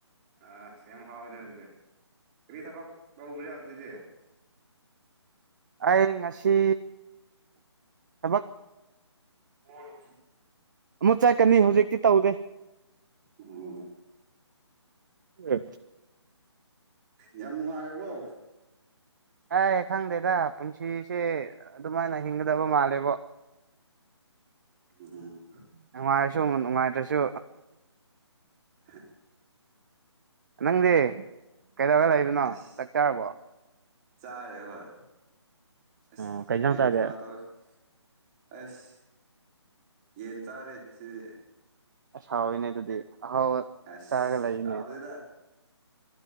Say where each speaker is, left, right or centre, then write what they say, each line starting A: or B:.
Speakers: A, on the right; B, on the right.
A: ꯑ ꯌꯥꯝ ꯍꯥꯎꯋꯤꯅꯦ ꯑꯗꯨꯗꯤ ꯀꯔꯤ ꯊꯕꯛ ꯇꯧꯕ꯭ꯔꯥ ꯍꯧꯖꯤꯛꯗꯤ
B: ꯑꯩ ꯉꯁꯤ ꯊꯕꯛ
A: ꯍꯂꯣ
B: ꯑꯃꯨꯛ ꯆꯠꯀꯅꯤ ꯍꯧꯖꯤꯛꯇꯤ ꯇꯧꯗꯦ
A: ꯎꯝ
B: ꯎꯝ
A: ꯌꯥꯝꯅꯨꯡꯉꯥꯏ ꯌꯒꯣ
B: ꯑ ꯁꯪꯗꯦꯗ ꯄꯨꯟꯁꯤꯁꯦ ꯑꯗꯨꯃꯥꯏꯅ ꯍꯤꯡꯗꯕꯣ ꯃꯥꯂꯦꯕꯣ
A: ꯎꯝ
B: ꯅꯨꯡꯉꯥꯏꯔꯁꯨ ꯅꯨꯡꯉꯥꯏꯇ꯭ꯔꯁꯨ
A: ꯍ
B: ꯅꯪꯗꯤ ꯀꯩꯗꯧꯔ ꯂꯩꯕꯅꯣ
A: ꯑꯁ
B: ꯇꯛꯆꯔꯕꯣ
A: ꯆꯥꯔꯦ ꯍꯣꯏ ꯑꯁ
B: ꯑꯣ ꯀꯩ ꯏꯟꯖꯥꯡ
A: ꯒꯦꯝꯁꯅ
B: ꯆꯥꯒꯦ
A: ꯇꯧꯔꯤꯁꯤ ꯑꯁ ꯌꯦꯟ ꯆꯥꯔꯦ ꯁꯤꯗꯤ
B: ꯑꯁ ꯍꯥꯎꯋꯤꯅꯦ ꯑꯗꯨꯗꯤ ꯑꯍꯥꯎ
A: ꯑꯁ
B: ꯆꯥꯔꯒ ꯂꯩꯔꯤꯅꯦ
A: ꯍꯥꯎꯇꯦꯗ